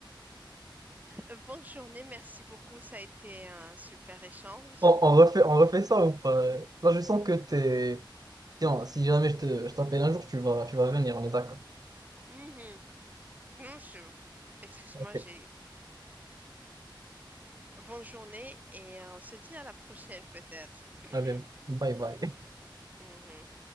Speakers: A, on the right; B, on the right.
A: Euh, Bonne journée, merci beaucoup. Ça a été un super échange.
B: On, on refait, on refait ça ou pas? Là, je sens que t'es. tiens si jamais je te, je t'appelle un jour, tu vas, tu vas venir, on est d'accord.
A: Mhm. Bien sûr. Excuse-moi,
B: Ok.
A: j'ai... bonne journée et on se dit à la prochaine peut-être. <clears throat>
B: Allez, bye bye.
A: Mhm.